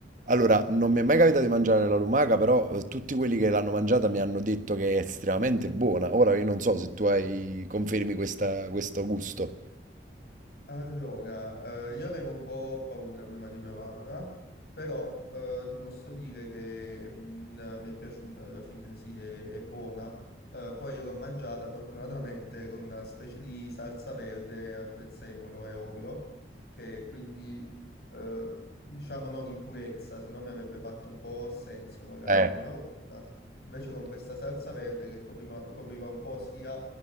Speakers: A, on the right; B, on the left.
A: Allora, non mi è mai capitato di mangiare la lumaca, però eh, tutti quelli che l'hanno mangiata mi hanno detto che è estremamente buona. Ora io non so se tu hai... confermi questa- questo gusto.
B: Allora, eh, io avevo un po' paura prima di provarla, però eh, ti posso dire che mh, mi è piaciuta alla fine, sì, è, è buona. Eh, poi io l'ho mangiata fortunatamente con una specie di salsa verde al prezzemolo e olio, che quindi eh, diciamo non in purezza, se no mi avrebbe fatto un po' senso magari
A: Eh.
B: la prima volta. Invece con questa salsa verde che copriva, copriva un po' sia